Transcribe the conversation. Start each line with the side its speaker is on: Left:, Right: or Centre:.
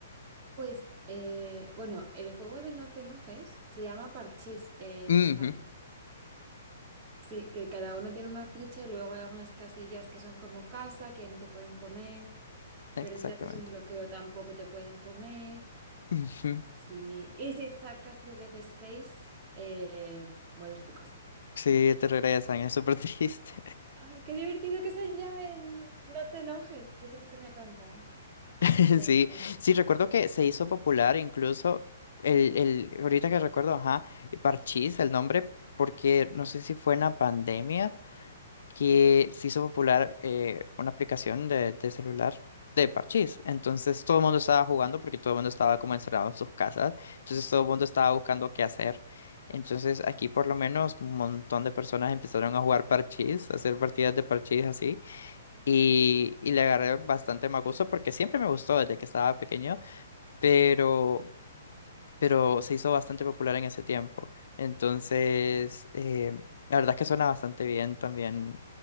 Right: Pues, eh, bueno, el juego de No te enojes se llama Parchís eh, en
Left: Ujú,
Right: España. Sí, que cada uno tiene una ficha y luego hay algunas casillas que son como casa, que no te pueden comer,
Left: Exactamente.
Right: pero si haces un bloqueo tampoco te pueden comer.
Left: Ujú.
Right: Sí, y si sacas tres veces seis, eh, vuelves a tu casa.
Left: Sí, te regresan, es súper triste.
Right: Ay, qué divertido que se llamen. No te enojes, yo siempre me acabo.
Left: <laughs>
Right: Se
Left: Sí,
Right: me come.
Left: sí, recuerdo que se hizo popular incluso el, el, ahorita que recuerdo, ajá, Parchís, el nombre, porque no sé si fue en la pandemia que se hizo popular eh, una aplicación de, de celular de Parchís. Entonces todo el mundo estaba jugando porque todo el mundo estaba como encerrado en sus casas. Entonces todo el mundo estaba buscando qué hacer. Entonces aquí por lo menos un montón de personas empezaron a jugar Parchís, a hacer partidas de Parchís así. Y, y le agarré bastante más gusto porque siempre me gustó desde que estaba pequeño, pero, pero se hizo bastante popular en ese tiempo. Entonces, eh, la verdad es que suena bastante bien también